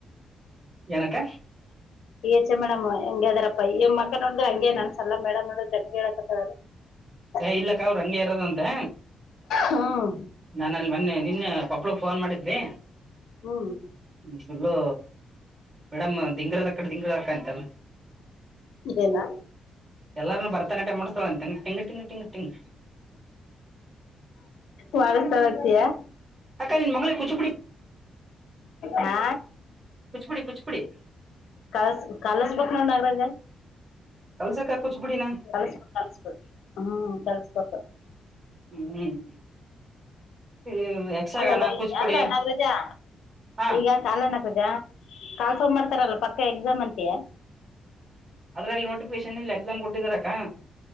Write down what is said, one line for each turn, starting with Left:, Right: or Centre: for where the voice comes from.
Right: ಏನಕ್ಕ
Left: <inaudible> ಈಹೆಚ ಎಂ ಮೇಡಮ್ ಹಂಗ ಅದಾರಪ್ಪ ಈವ ಮಕ್ಕ ನೋಡ್ರೆ ಹಂಗಗೆ ಅನ್ಸಲ್ಲ ಮೇಡಮ್ ನೋಡ್ರ ಹೇಳಕತ್ತಳ ಹ <unintelligible>
Right: ಏ ಇಲ್ಲಕ್ಕ ಅವ್ರ ಹಂಗೆ ಇರದಂತೆ
Left: ಹ್ಮ್
Right: ನಾನ ಅಲ್ಲಿ ಮೊನ್ನೆ ನಿನ್ನೆ ಕೊಪ್ಪಳಗ್ ಫೋನ್ ಮಾಡಿದ್ವಿ
Left: ಹ್ಮ್
Right: ಫುಲ್ಲು ಮೇಡಮ್ ದಿಂಗ್ರದ ದಿಂಗ್ರದಕ್ಕಂತಲ್ಲ
Left: ಇದೇನಾ
Right: ಎಲ್ಲರನ್ನುೂ ಭತನಾಟ್ಯ ಮಾಡಿಸ್ತಾಳಂತೆನ್ ಟಿಂಗ್ ಟಿಂಗ್ ಟಿಂಗ್ ಟಿಂಗ್
Left: ವಾರಸತಯ <unintelligible>
Right: ಅಕ ನಿನ್ ಮಿಗೆ ಕುಚುಪಡಿ
Left: ಹಾ
Right: ಕುಚುಪುಡಿ ಕುಚಿಪುಡಿ
Left: ಕಳಸ್ ಕಾಲಸ್ಬೇಕಕ್ ನೋಡ ನಾಗ್ರಜ
Right: ಕಲ್ಸಕ ಕುಚಿಪುಡಿ ನಾ
Left: ಕಲ್ಸ್ಕೊ ಕಲ್ಸ್ಕೋ ಹ್ಮ್ ಕಲ್ಸ್ಕೊಟ್ಟ <unintelligible>
Right: ಹ್ಮ್ ಯಕ್ಷಗಾನ
Left: ಅಲ್ಲಲ್ಲ
Right: ಕುಚಿಪುಡಿ
Left: ಅಲ್ಲ ನಾಗರಾಜ್
Right: ಹಾ
Left: ಈಗ ಕಾಲ ನಾಗರಾಜ್ ಕಾಲ್ಫಾರ್ಮ್ ಮಾಡ್ತಾರಲ್ಲ ಪಕ್ಕ ಎಕ್ಸಾಮ್ ಅಂತಿಯಾ
Right: ಅದ್ರಲ್ಲಿ ನೋಟಿಫಿಕೇಶನ್ ಇಲ್ಲಿ ಎಕ್ಸಾಮ್ ಬುಟ್ಟಿದಾರಕ್ಕಾ